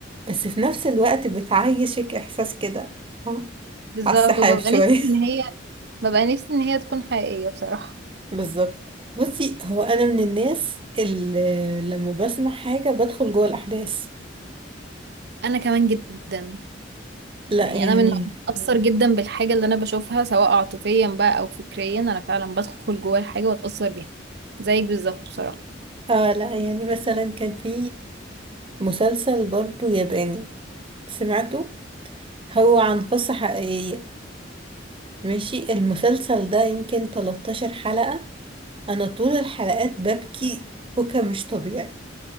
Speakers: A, on the right; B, on the right.
A: بس في نفس الوقت بتعيشك إحساس كده فاهمة؟
B: بالظبط
A: على السحاب
B: وببقى
A: شوية
B: نفسي ان هي ببقى نفسي ان هي تكون حقيقية بصراحة
A: <laughs> بالظبط بصي هو أنا من الناس اللي لما بسمع حاجة بدخل جوه الأحداث
B: انا كمان جدا
A: لا
B: يعني
A: يعني
B: انا من اتاثر جدا بالحاجه اللي انا بشوفها سواء عاطفيا بقى او فكريا انا فعلا بدخل جوه الحاجه واتاثر بيها زيك بالظبط بصراحه
A: آه لا يعني مثلا كان في مسلسل برضو ياباني سمعته هو عن قصة حقيقية ماشي المسلسل ده يمكن 13 حلقة أنا طول الحلقات ببكي بكا مش طبيعي